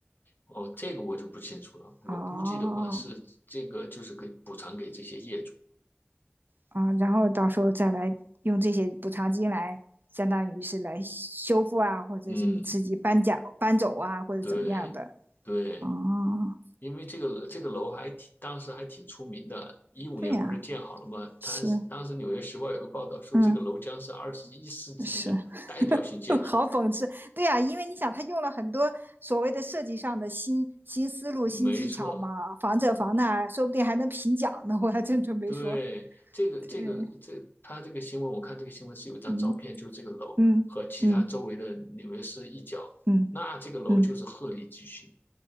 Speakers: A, on the left; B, on the right.
A: 哦，这个我就不清楚了，我估计的话是这个就是给补偿给这些业主。
B: 哦，啊，然后到时候再来用这些补偿金来，相当于是来修复啊，或者是你自己搬家搬走啊，
A: 嗯，
B: 或者怎么样的？
A: 对，对，
B: 哦，
A: 因为这个楼这个楼还挺，当时还挺出名的。一五年不是建好了吗？
B: 对呀、是，
A: 它当时《纽约时报》有个报道说，
B: 嗯，
A: 这个楼将是二十一世纪的代表性建筑。
B: 是，<laughs> 好讽刺，对呀、因为你想，他用了很多所谓的设计上的新新思路、
A: 没错，
B: 新技巧嘛，防这防那，说不定还能评奖呢。我还真准备说。
A: 对，这个这个这，
B: 对，
A: 他这个新闻，我看这个新闻是有一张照片，
B: 嗯
A: 就是这个楼和其他周围的纽约市一角，
B: 嗯嗯嗯
A: 那这个楼就是鹤立鸡群，
B: 嗯，